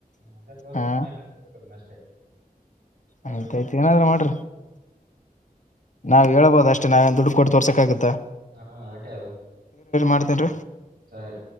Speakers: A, on the right (about 80°); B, on the left (about 55°).
A: ಹಂಗೆ ತೊಗೊ
B: ಹಾ
A: ಸುಮೂನ್ <unintelligible> ತೋಕತನ ಅಷ್ಟೇ ಹೌದಲ್
B: ಆಯ್ತಾಯ್ತು ಏನಾದ್ರೂ ಮಾಡ್ರ ನಾವ್ ಹೇಳ್ಬೋದ ಅಷ್ಟ ನಾವ್ ಏನ್ ದುಡು ಕೊಟ್ಟ ತೋರ್ಸಕ್ಕಾಗುತ್ತಾ
A: ಹಾ ಆಟೆ ಆಳ
B: ಮಾಡ್ತೇನ್ರಿ
A: ಸರಿ